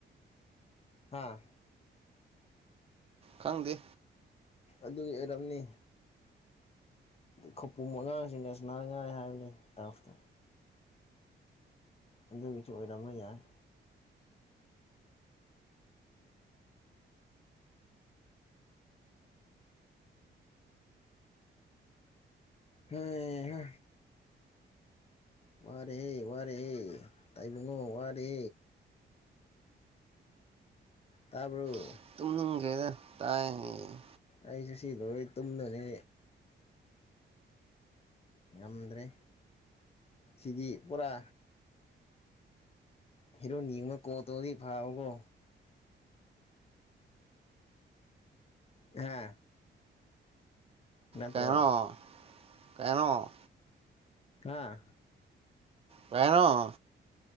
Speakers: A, on the left; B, on the right.
A: ꯍꯥꯥ
B: ꯈꯡꯗꯦ
A: ꯑꯗꯨꯒꯤ ꯑꯣꯏꯔꯝꯅꯤ ꯈꯄꯨ ꯑꯉꯥꯡꯁꯤꯡꯒ ꯁꯅꯥꯉꯥꯏ ꯍꯥꯏꯕꯅꯤ ꯇꯐꯇ ꯑꯗꯨꯗꯒꯤ ꯁꯨ ꯑꯣꯏꯔꯝꯕ ꯌꯥꯏ ꯍꯩ ꯍꯥ ꯋꯥꯔꯍ ꯋꯥꯔꯤꯔꯍ ꯇꯥꯏꯕꯨꯡꯉꯣ ꯋꯥꯔꯦ ꯇꯥꯕꯔꯣ
B: <unintelligible> ꯒꯦꯗ ꯇꯥꯏ ꯍꯥꯏꯌꯦ
A: ꯑꯩꯁꯨ ꯁꯤ ꯂꯣꯏ ꯇꯨꯝꯗꯣꯏꯅꯤ ꯉꯝꯗ꯭ꯔꯦ ꯁꯤꯗꯤ ꯄꯨꯔꯥ ꯍꯦꯔꯣ ꯑꯃꯒꯥ ꯀꯣꯠꯇꯣꯗꯤ ꯐꯥꯕꯀꯣ ꯑ ꯅꯠꯇ꯭ꯔꯣ
B: ꯀꯩꯅꯣ ꯀꯩꯅꯣ
A: ꯑꯥ
B: ꯀꯥꯏꯩꯅꯣ